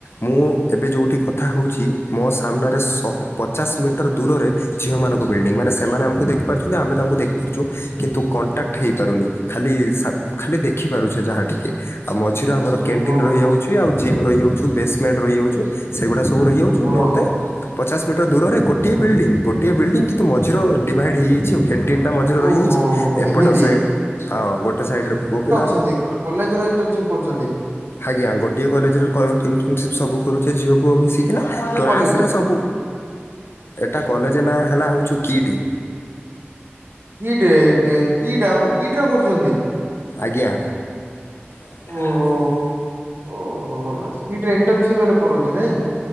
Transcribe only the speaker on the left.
ମୁଁ ଏବେ ଯୋଉଠି କ କଥା ହେଉଛି ମୋ ସାମ୍ନାରେ ଶହେ ପଚାଶ ମିଟର ଦୂରରେ ଝିଅ ମାନଙ୍କ ବିଲଡିଂ ମାନେ ସେମାନେ ଆମକୁ ଦେଖିପାରୁଛନ୍ତି ଆମେ ତାଙ୍କୁ ଦେଖିପାରୁଛୁ କିନ୍ତୁ କଣ୍ଟାକ୍ଟ
ହେଇପାରୁନି ଖାଲି ଖାଲି ଦେଖିପାରୁଛେ ଯାହା ଟିକେ ଆଉ ମଝିରେ ଆମର
କ୍ୟାଣ୍ଟିନ ରହିଯାଉଛି ଆଉ ଜିମ୍ ରହିଯାଉଛୁ ବେସମେଣ୍ଟ ରହିଯାଉଛୁ ସେଗୁଡ଼ା ସବୁ ରହିଯାଉଛୁ
<unintelligible> ନିତେ ପଚାଶ ମିଟର ଦୂରରେ ଗୋଟିଏ ବିଲ୍ଡିଂ ଗୋଟିଏ ବିଲ୍ଡିଂ କିନ୍ତୁ ମଝିର ଡିଭାଇଡ୍ ହେଇଯାଇଛି ଆଉ କେ ତିନିଟା ମଝିରେ ରହିଯାଇଛି
ଏପଟ
ସାଇଡ଼ ହଁ ଗୋଟେ ସାଇଡ଼ରେ ପୁଅ ପିଲା
ଆଜ୍ଞା ଗୋଟଏ କଲେଜରେ <unintelligible> ଏନ୍ତସିପ ସବୁେ ଝିଅକୁ ଆମ କି ନା
କ୍ଲାସ୍
ରେ ସବୁ ଏଟା କଲେଜ ନାଁ ହେଲା ହେଉଚୁ କିଟି
ଆଜ୍ଞା। ହ